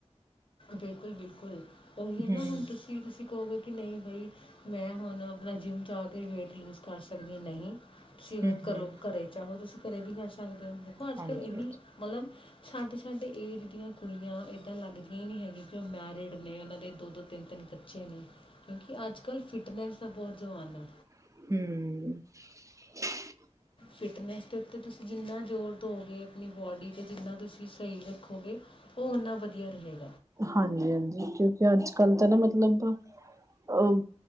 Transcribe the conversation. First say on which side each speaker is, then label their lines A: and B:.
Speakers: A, on the left (about 45°); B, on the right (about 25°).
A: ਬਿਲਕੁਲ ਬਿਲਕੁਲ ਉਹੀ ਐ
B: ਹਮ
A: ਨਾ ਹੁਣ ਤੁਸੀਂ ਤੁਸੀਂ ਕਹੋਗੇ ਕਿ ਨਹੀਂ ਬਈ ਮੈਂ ਹੁਣ ਆਪਣਾ ਜਿੰਮ ਜਾ ਆ ਕੇ ਵੇਟ ਲੂਜ ਕਰ ਸਕਦੀ ਨਹੀਂ ਤੁਸੀਂ ਅਗਰ
B: ਹਮ ਹਮ
A: ਘਰੋਂ ਘਰ ਚਾਹੋ ਤੁਸੀਂ ਘਰੇ ਵੀ ਕਰ ਸਕ ਦੇਖੋ ਅੱਜ
B: ਹਾਂਜੀ
A: ਕੱਲ ਇੰਨੀ ਮਤਲਬ ਸਾਡੇ ਸਾਡੇ ਏਜ ਦੀਆਂ ਕੁੜੀਆਂ ਏਦਾਂ ਲੱਗ ਇਹ ਨਹੀਂ ਹੈਗੀ ਕਿ ਉਹ ਮੈਰਿਡ ਨੇ ਉਹਨਾਂ ਦੇ ਦੋ-ਦੋ ਤਿੰਨ-ਤਿੰਨ ਬੱਚੇ ਨੇ। ਕਿਉਂਕਿ ਅੱਜ ਕੱਲ੍ਹ ਫਿਟਨੈਸ ਦਾ ਬਹੁਤ ਜ਼ਮਾਨਾ
B: ਹੂੰ।
A: ਫਿਟਨੈਸ ਦੇ ਉੱਤੇ ਤੁਸੀਂ ਜਿੰਨਾ ਜ਼ੋਰ ਦਉਗੇ, ਆਪਣੀ ਬੋਡੀ ਤੇ ਜਿੰਨਾ ਤੁਸੀਂ ਸਹੀ ਰੱਖੋਗੇ ਉਹ ਉਨਾ ਵਧੀਆ ਰਹੇਗਾ।
B: ਹਾਂਜੀ ਹਾਂਜੀ ਕਿਉਂਕਿ ਅੱਜ ਕਲ ਤਾਂ ਨਾ ਮਤਲਬ ਅ